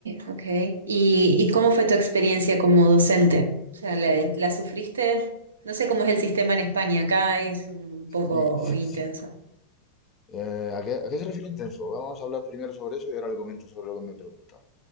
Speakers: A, on the right; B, on the left.
A: ok. ¿Y, y cómo fue tu experiencia como docente? O sea, ¿la, la sufriste? No sé cómo es el sistema en España, acá es un poco
B: Sí, sí,
A: intenso.
B: sí. Eh, ¿a qué, a qué se refiere intenso? Vamos a hablar primero sobre eso y ahora le comento sobre lo que me pregunta.